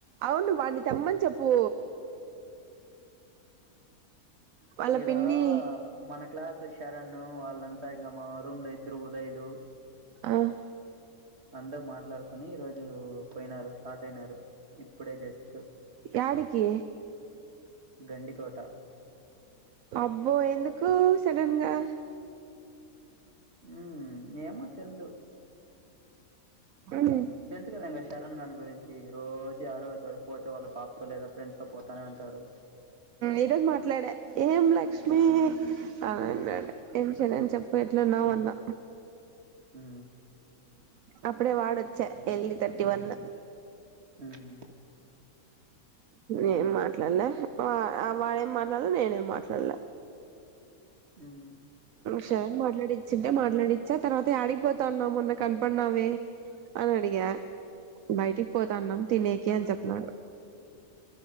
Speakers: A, on the right (about 70°); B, on the right (about 45°).
A: అవును వాడ్ని తెమ్మని చెప్పు వాళ్ళ
B: ఇడా
A: పిన్ని
B: మన క్లాస్ శరణూ వాళ్ళంతా ఇంగ మా రూమ్ లో ఇద్దరు ఉదయ్ లు
A: అహ్
B: అందరు మాట్లాడుకుొని ఈ రోజు పోయినారు స్టార్ట్ అయినారు ఇప్పుడే జస్ట్
A: యాడికి
B: గెండికోోట
A: అబ్బో ఎందుకు సడన్గా
B: ఉ ఏమో తెల్దు
A: మ్మ్
B: తెలుసు కదా అండి చెరణ్ గాని గురించి రోజు ఆడ పోతే వాళ్ళ బాబతో లేదా ఫ్రెండ్స్ తో పోతానే ఉంటాడు
A: ఈరోోజ్ మాట్లాడే ఏం లక్ష్మిీ బావున్నాడు ఏం చేరన్ చెప్పు ఎట్ల ఉన్నావు అన్నా
B: హు
A: అప్పుడే వాడొచ్చా ఎల్ఈ తర్టీ వన్
B: ఉమ్
A: ఏం మాట్లాడ్లే వాళ్ళేం మాట్లాడలే నేనేం మాట్లాడలె
B: ఉమ్
A: సర మాట్లాడిచ్చింటే మాట్లాడిచ్చా తర్వాత యాడిగిపోతా ఉన్నావ్ మొన్న కనపడినావే అని అడిగా బయటిక్ పోతాన్నాం తినేకి అని చెప్పన్నాడు